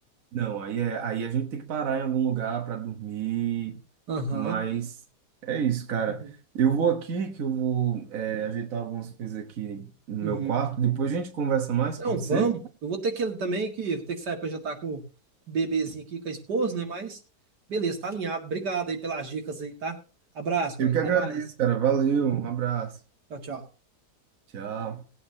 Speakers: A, on the right; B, on the right.
A: Não, aí, é, aí a gente tem que parar em algum lugar para dormir,
B: Aham.
A: mas é isso, cara.
B: Uhum.
A: Eu vou aqui, que eu vou é, ajeitar algumas coisas aqui no
B: Uhum.
A: meu quarto. Depois a gente conversa mais,
B: Não,
A: pode
B: vamos.
A: ser?
B: Eu vou ter que ele também, que vou ter que sair pra jantar com, com o bebezinho aqui, com a esposa, né? Mas beleza, tá alinhado. Obrigado aí pelas dicas aí, tá? Abraço,
A: Eu
B: Mike.
A: que agradeço,
B: Até mais.
A: cara. Valeu, um abraço.
B: Tchau, tchau.
A: Tchau.